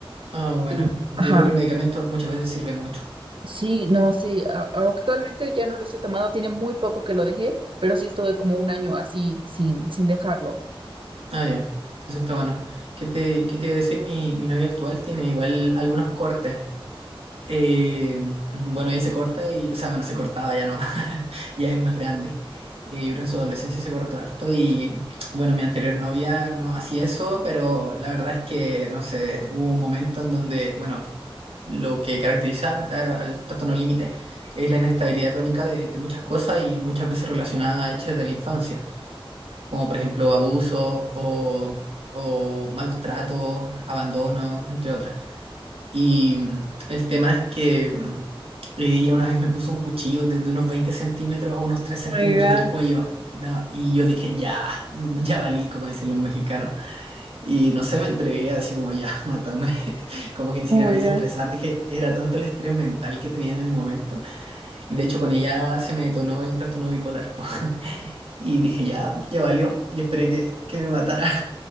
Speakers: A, on the right; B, on the right.
A: Ah, bueno,
B: Y,
A: yo
B: ajá,
A: creo que el medicamento muchas veces sirve mucho.
B: sí, no, sí, a- a- actualmente ya no lo estoy tomando, tiene muy poco que lo dejé, pero sí estuve como un año así sin, sin dejarlo.
A: Ah, ya, eso está bueno. ¿Qué te, qué te iba a decir? Mi, mi novia actual tiene igual algunos cortes. Eh, bueno, ella se corta y, o sea, bueno, se cortaba ya no, <laughs> ya es más grande. Eh, yo creo que en su adolescencia se cortó harto y, bueno, mi anterior novia no hacía eso, pero la verdad es que, no sé, hubo un momento en donde, bueno, lo que caracteriza a- al trastorno límite es la inestabilidad crónica de, de muchas cosas y muchas veces relacionada a hechos de la infancia, como por ejemplo abusos o, o malos tratos, abandono, entre otras. Y mm, el tema es que mm, ella una vez me puso un cuchillo de, de unos 20 centímetros a unos tres centímetros
B: Oh my God,
A: del cuello. no, y yo dije, ya, mm, ya valí, como dicen los mexicanos. Y no sé, me entregué así como ya, <laughs> mátame. <laughs> Como que ni siquiera
B: oh my
A: me quise
B: God.
A: estresar. Dije, era tanto el estrés mental que tenía en el momento. Y de hecho, con ella se me detonó el trastorno bipolar. po. <laughs> Y dije, ya, ya valió. Y esperé que, que me matara.